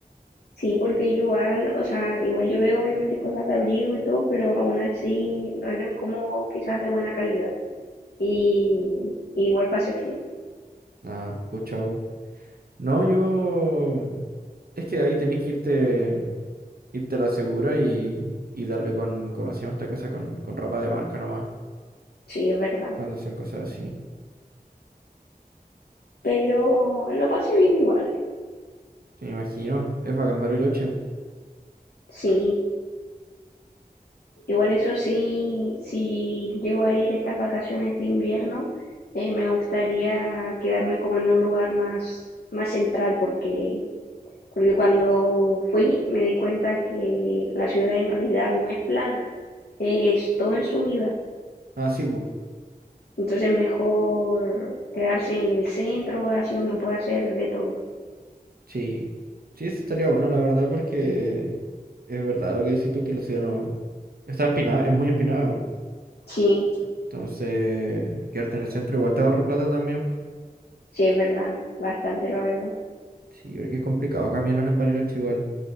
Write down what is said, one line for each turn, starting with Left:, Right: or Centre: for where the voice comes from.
Left: Sí, porque igual, o sea, igual yo veo obviamente cosas de abrigo y todo, pero aún así no eran como quizás de buena calidad. Y, y igual pasé frío,
Right: Ah, pues chao. No, yo, es que ahí tenés que irte, irte a la segura y, y darle con, ¿cómo se llama esta cosa? Con, con ropa de marca nomás,
Left: sí, es verdad.
Right: cuando son cosas así.
Left: Pero lo pasé bien igual,
Right: Me imagino, es bacán Bariloche.
Left: sí. Igual eso sí, si llego a ir estas vacaciones de invierno, eh, me gustaría quedarme como en un lugar más, más central, porque, porque cuando fui me di cuenta que la ciudad en realidad no es plana, es todo en subida.
Right: Ah, sí, pues.
Left: Entonces mejor quedarse en el centro, así uno puede hacer de todo.
Right: Sí. Sí, eso estaría bueno, la verdad, porque es verdad lo que decís tú, que la ciudad no está empinada, es muy empinada. weón.
Left: Sí,
Right: Entonces, quedarte en el centro igual te ahorra plata también. po.
Left: sí, es verdad, bastante la verdad.
Right: Sí, porque es complicado caminar en Bariloche igual.